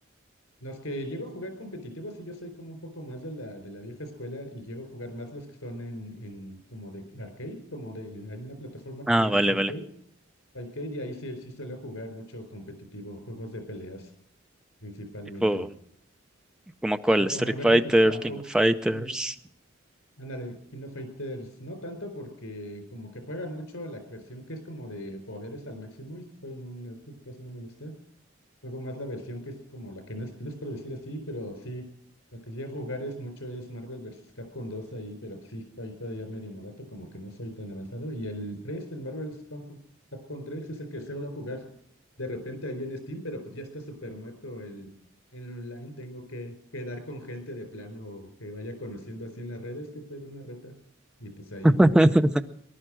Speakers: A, on the left; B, in the centre.
A: Los que llego a jugar competitivos, sí, yo soy como un poco más de la, de la vieja escuela y llego a jugar más los que son en, en como de arcade, como de, en- hay una plataforma que
B: Ah,
A: se llama
B: vale,
A: Fightcade,
B: vale.
A: Fightcade y ahí sí, sí suelo jugar mucho competitivo, juegos de peleas principalmente,
B: Tipo, ¿como cuál?
A: tipo
B: Street
A: Marvel
B: Fighter,
A: vs. Campo,
B: King of Fighters.
A: ándale, ándale, Kingdom Fighters, no tanto porque como que juegan mucho la versión que es como de poderes al máximo y soy no, no, esto casi no me gusta. Juego más la versión que es como la que no es plus, por decir así, pero sí, lo que llego a jugar es mucho es Marvel vs. Capcom 2 ahí, pero pues, sí, estoy todavía medio novato, como que no soy tan avanzado. Y el 3, el Marvel versus Campo- Capcom 3 es el que suelo jugar de repente ahí en Steam, pero pues ya está súper muerto el, el online. Tengo que quedar con gente de plano que vaya conociendo así en las redes, que puede una reta. Y pues ahí.
B: <laughs>